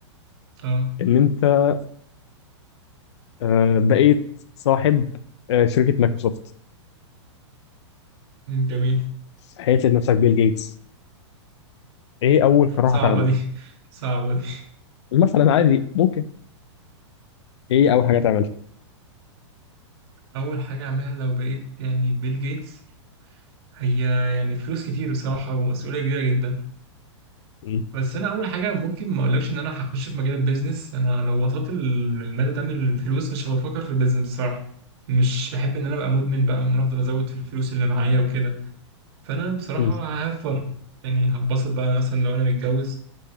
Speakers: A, on the right; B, on the left.
A: اه
B: ان انت آه، بقيت صاحب آه، شركة مايكروسوفت
A: م، جميل
B: حيث لقيت نفسك بيل جيتس ايه اول قرار
A: صعبه
B: هتاخده
A: دي <laughs> صعبه دي
B: مثلا عادي ممكن ايه اول حاجة تعملها
A: أول حاجة أعملها لو بقيت يعني بيل جيتس هي يعني فلوس كتير بصراحة ومسؤولية كبيرة جدا
B: مم،
A: بس أنا أول حاجة ممكن ما أقولكش إن أنا هخش في مجال البيزنس أنا لو وصلت لل- للمدى ده من الفلوس مش هبقى بفكر في البيزنس بصراحة مش بحب إن أنا أبقى مدمن بقى وإن أنا أفضل أزود في الفلوس اللي معايا وكده فأنا بصراحة
B: مم،
A: ههفن يعني هتبسط بقى أنا مثلا لو أنا متجوز